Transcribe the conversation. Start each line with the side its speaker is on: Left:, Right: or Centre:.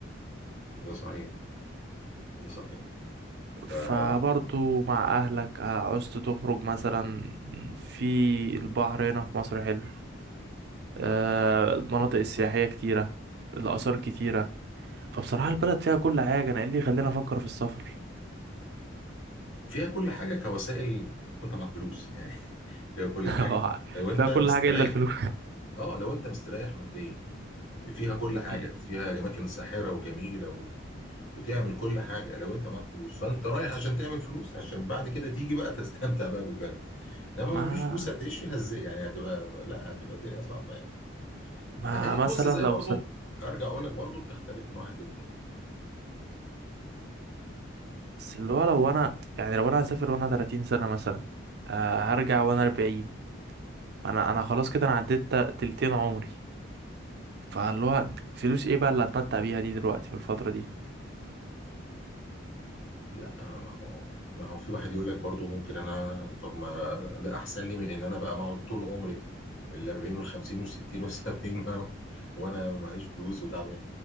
Left: ده صحيح ده صحيح ففيها
Right: فبرضو مع اهلك عاوزت تخرج مثلا في البحر هنا في مصر حلو آه، المناطق السياحية كتيرة الآثار كتيرة فبصراحة البلد فيها كل حاجة أنا إيه اللي يخليني أفكر في السفر
Left: كل حاجه كوسائل وانت معاك فلوس يعني <laughs> فيها كل
Right: <laughs>
Left: حاجه لو انت
Right: فيها كل
Left: مستريح
Right: حاجة إلا الفلوس
Left: اه لو انت مستريح ماديا فيها كل حاجه
Right: <laughs>
Left: فيها اماكن ساحره وجميله و... وتعمل كل حاجه لو انت معاك فلوس فانت رايح عشان تعمل فلوس عشان بعد كده تيجي بقى تستمتع بقى بالبلد انما
Right: ما
Left: ما فيش فلوس هتعيش فيها ازاي يعني هتبقى لا هتبقى الدنيا صعبه يعني
Right: ما
Left: فهي
Right: مثلا
Left: بص زي
Right: لو
Left: برضه
Right: سافرت
Left: ارجع اقول لك برضه بتختلف من واحد للتاني
Right: بس اللي هو لو انا يعني لو انا هسافر وانا 30 سنة مثلا آه، هرجع وانا 40 انا انا خلاص كده انا عديت تا- تلتين عمري فاللي هو فلوس ايه بقى اللي هتمتع بيها دي دلوقتي في الفترة دي
Left: لا ما هو ما هو في واحد يقول لك برضه ممكن انا طب ما ده احسن لي من ان انا بقى اقعد طول عمري ال 40 وال 50 وال 60 وال 70 وانا وانا معيش فلوس وتعبان